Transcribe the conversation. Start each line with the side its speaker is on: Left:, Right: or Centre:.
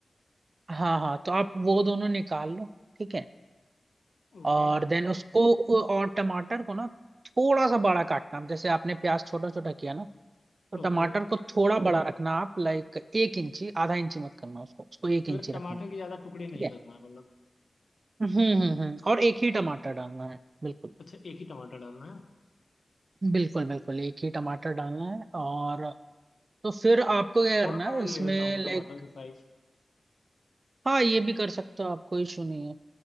Right: हाँ हाँ तो आप वो दोनों निकाल लो ठीक है
Left: ओके
Right: और देन उसको और टमाटर को ना थोड़ा सा बड़ा काटना आप जैसे आपने प्याज छोटा छोटा किया ना तो
Left: ओके
Right: टमाटर को थोड़ा बड़ा रखना आप लाइक एक इंची आधा इंची मत करना उसको उसको एक इंची
Left: मतलब
Right: रखना
Left: टमाटर के ज्यादा टुकड़े नहीं
Right: ठीक है
Left: करना है मतलब
Right: हम्म हम्म हम्म और एक ही टमाटर डालना है बिल्कुल
Left: अच्छा एक ही टमाटर डालना है
Right: बिल्कुल बिल्कुल एक ही टमाटर डालना है और तो फिर आपको क्या
Left: तो थोड़ा
Right: करना
Left: बड़ा
Right: है
Left: ले
Right: इसमें
Left: लेता हूँ टमाटर
Right: लाइक
Left: का साइज
Right: हाँ ये भी कर सकते हो आप कोई इशू नहीं है